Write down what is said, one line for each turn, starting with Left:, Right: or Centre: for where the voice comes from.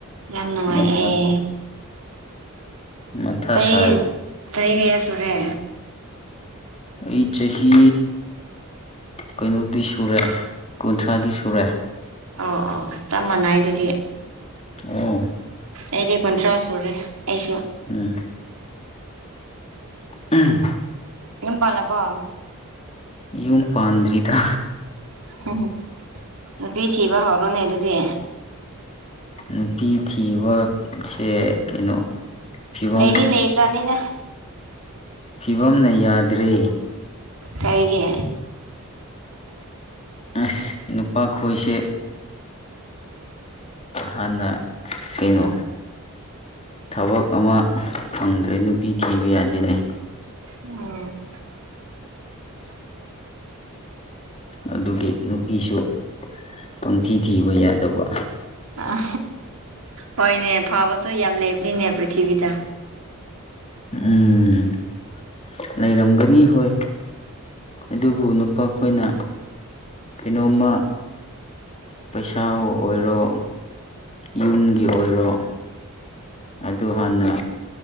Right: ꯌꯥꯝ ꯅꯨꯡꯉꯥꯏꯌꯦ
Left: ꯃꯊꯥ ꯃꯊꯥ
Right: ꯆꯍꯤ
Left: ꯁꯥꯏ
Right: ꯆꯍꯤ ꯀꯌꯥ ꯁꯨꯔꯦ
Left: ꯑꯩ ꯆꯍꯤ ꯀꯩꯅꯣꯗꯤ ꯁꯨꯔꯦ ꯀꯨꯟꯊ꯭ꯔꯥꯗꯤ ꯁꯨꯔꯦ
Right: ꯑꯣ ꯑꯣ ꯆꯞ ꯃꯥꯟꯅꯩ ꯑꯗꯨꯗꯤ
Left: ꯑ
Right: ꯑꯩꯗꯤ ꯀꯨꯟꯊ꯭ꯔꯥ ꯁꯨꯔꯦ ꯑꯩꯁꯨ
Left: ꯎꯝ ꯎꯝ
Right: ꯌꯨꯝ ꯄꯜꯂꯥꯕꯣ
Left: ꯌꯨꯝ ꯄꯥꯟꯗ꯭ꯔꯤꯗ
Right: ꯎꯝ ꯅꯨꯄꯤ ꯊꯤꯕ ꯍꯧꯔꯣꯅꯦ ꯑꯗꯨꯗꯤ
Left: ꯅꯨꯄꯤ ꯊꯤꯕꯁꯦ ꯀꯩꯅꯣ ꯐꯤꯕꯝ
Right: ꯂꯩꯅꯤ ꯂꯩꯖꯅꯤꯅꯦ
Left: ꯐꯤꯕꯝꯅ ꯌꯥꯗ꯭ꯔꯦ
Right: ꯀꯔꯤꯒꯤ
Left: ꯑꯁ ꯅꯨꯄꯥ ꯈꯣꯏꯁꯦ ꯍꯥꯟꯅ ꯀꯩꯅꯣ ꯊꯕꯛ ꯑꯃ ꯐꯪꯗ꯭ꯔꯦ ꯅꯨꯄꯤ ꯊꯤꯕ ꯌꯥꯗꯦꯅꯦ
Right: ꯎꯝ
Left: ꯑꯗꯨꯒꯤ ꯅꯨꯄꯤꯁꯨ ꯄꯪꯊꯤ ꯊꯤꯕ ꯌꯥꯗꯕ
Right: ꯑ ꯍꯣꯏꯅꯦ ꯐꯕꯁꯨ ꯌꯥꯝ ꯂꯩꯕꯅꯤꯅꯦ ꯄ꯭ꯔꯤꯊꯤꯕꯤꯗ
Left: ꯎꯝ ꯂꯩꯔꯝꯒꯅꯤ ꯍꯣꯏ ꯑꯗꯨꯕꯨ ꯅꯨꯄꯥ ꯑꯩꯈꯣꯏꯅ ꯀꯩꯅꯣꯝꯃ ꯄꯩꯁꯥꯕꯨ ꯑꯣꯏꯔꯣ ꯌꯨꯝꯒꯤ ꯑꯣꯏꯔꯣ ꯑꯗꯨ ꯍꯥꯟꯅ